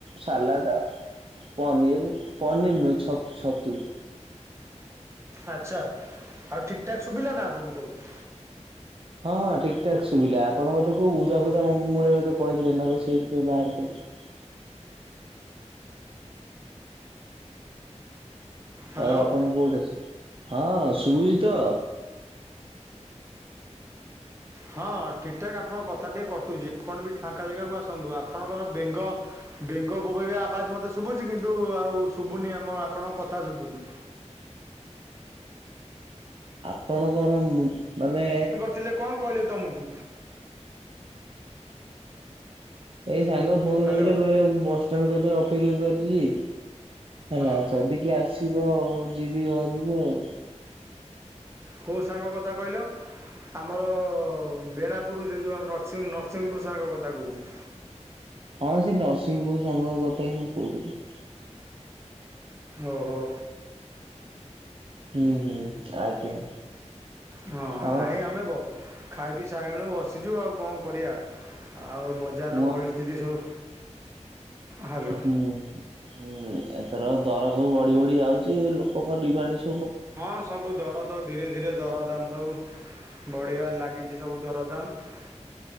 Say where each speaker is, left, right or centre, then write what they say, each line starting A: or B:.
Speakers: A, on the right; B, on the right.
A: ସାଲାଟ୍ ଆଉ ପନିର୍ ପନିର୍ ନୁହେଁ ଛତୁ ଛତୁ।
B: ଆଚ୍ଛା ଆଉ ଠିକ୍ ଠାକ୍ ଶୁବିଲା ନା ଆପଣୁଙ୍କୁ ସବୁ?
A: ଳହଁ ଠିକ୍ ଠାକ୍ ଶୁବିିଲା ଆପଣ ଓଧେ କୋଉ ଉଦା ଫୁଦା ମୂଳେ ଓଧେ ପଳେଇଥିଲେ ନା କ ସେଇଥିପାଇଁ ବାହାରିକି ଆସ
B: ହ୍ୟାଲୋ
A: ଆଉ ଆପଣଙ୍କୁ ଓଟେ ସେ ହଁ ଶୁବୁଚି ତ?
B: ହଁ ଠିକ୍ ଠାକ୍ ଆପଣଙ୍କ କଥା ଟିକେ କଟୁଚି ଆପଣ ବି ଫାଙ୍କା ଜେଗାକୁ ଆସନ୍ତୁ ଆପଣଙ୍କର ବେଙ୍ଗ ବେଙ୍ଗ ବୋବେଇବା ଆବାଜ ମତେ ଶୁବୁଚି କିନ୍ତୁ ଆଉ ଶୁବୁନି ଆମ ଆପଣଙ୍କ କଥା ଶୁବୁନି।
A: ଆପଣଙ୍କର ମୁ ମାନେ
B: ଥିଲେ କଣ କହିଲେ ତମକୁ।
A: ଏଇ ସାଙ୍ଗ ଫୋନ
B: ହ୍ୟାଲୋ
A: କରିଥିଲେ କହିଲେ ମୁଁ ବସଷ୍ଟାଣ୍ଡ କତିରେ ଅପେକ୍ଷା କରିଛି। ହେଲା
B: ହଁ
A: ଯଦି କିଏ ଆସିବ ଯିବି ଘରକୁ ଆଉ।
B: କୋଉ ସାଙ୍ଗ କଥା କହିଲ। ଆମର-ଅ-ଅ-ଅ ବେଣାପୁର ସେ ଯୋଉ ଆମ ନରସିଂ ନରସିଂପୁର ସାଙ୍ଗ କଥା କହୁଛି।
A: ହଁ ସେ ନରସିଂହପୁର ସାଙ୍ଗ କଥା ହିଁ ମୁଁ କହୁଥିଲି।
B: ଓହୋ।
A: ହୁଁ ହୁଁ ଆଜ୍ଞା।
B: ହଁ
A: ଆମର
B: ନାଇଁ ଆମେ ବ ଖାଇ ପି ସାରିଲୁଣୁ ବସିଛୁ ଆଉ କଣ କରିବା ଆଉ ବ ବଜାରର
A: ମୁଁ
B: ପରିସ୍ଥିତି ସବୁ ହ୍ୟାଲୋ
A: ହୁଁ ହୁଁ। ହୁଁ ଏଥର ଦର ସବୁ ବଢି ବଢି ଯାଉଛି ଲୋକ ଙ୍କ ଡିମାଟ ସ
B: ହଁ ସବୁ ଦର ତ ଧୀରେ ଧୀରେ ଦରଦାମ ସବୁ ବଢ଼ିବାରେ ଲାଗିଚି ସବୁ ଦରଦାମ।